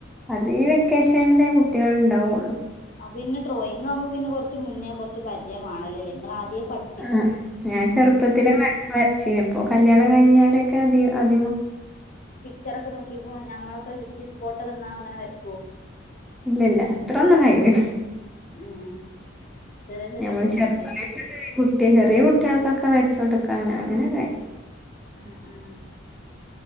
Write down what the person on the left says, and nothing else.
അത് പിന്നെ ഡ്രോയിങ്ങാവുമ്പോ പിന്നെ കൊറച്ച് മുന്നേ കൊറച്ച് പരിചയ മാണല്ലോലേ ഇങ്ങള് ആദ്യേ പഠി
പിക്ച്ചറൊക്കെ നോക്കിപ്പോ ഞമ്മളൊക്കെ ചി ഫോട്ടോ തന്നാ അങ്ങനെ വരയ്ക്കോ
ഏഹ് ചെറ്യേ ചെറ്യേ
ഡ്രോയിങ്ലേ
ആഹ് ആഹ്